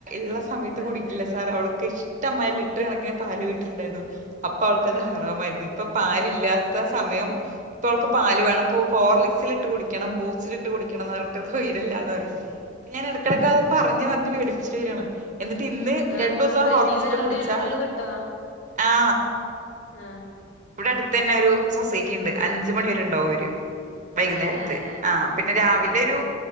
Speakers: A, on the right; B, on the left.
A: ഉള്ള സമയത്ത്
B: ആഹ്
A: കുടിക്കില്ല സാർ അവൾക്ക് ഇഷ്ടമായ ലിറ്റർ കണക്കിന് പാല് വീട്ടില്ണ്ടായ്രുന്നു. അപ്പൊ അവൾക്കത്
B: ആഹ് ആഹ്
A: ഹറാമായിരുന്നു ഇപ്പൊ പാല് ഇല്ലാത്ത സമയം ഇപ്പൊ അവൾക്ക് പാല് വേണം പ്പോ ഹോർലിക്സിൽ ഇട്ട് കുടിക്കണം ബൂസ്റ്റിലിട്ട് കുടിക്കണംന്ന് ർണ് ട്ട് സ്വയ്രല്ലാ ന്ന് റയ് ഇപ്പൊ ഞാൻ എടക്കെടക്കത് പറഞ്ഞ പറഞ്ഞ് വേടിപ്പിചിട്ട് വെരാണ്. എന്നിട്ട് ഇന്ന്
B: ആഹ്
A: രണ്ടു
B: സൊസൈറ്റീന്ന്
A: സം ഹോർളിക്സിട്ട്
B: അവിടെ
A: കുടിച്ചാ
B: അടുത്ത്ന്ന് കിട്ടോ
A: ആ.
B: ആഹ്.
A: ഇവടെ അടുത്തന്നെ ഒരു സൊസൈറ്റിണ്ട് അഞ്ചു മണി വരെണ്ടാവും ഓര്. വൈകുന്നേരത്ത്.
B: ആഹ്
A: ആഹ് പിന്നെ രാവിലെ
B: ആഹ്
A: ഒരു